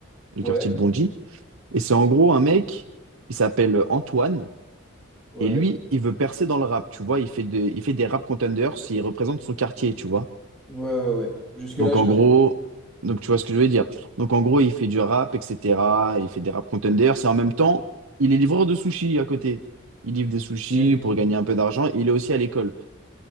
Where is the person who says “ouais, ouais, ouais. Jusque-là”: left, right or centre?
Centre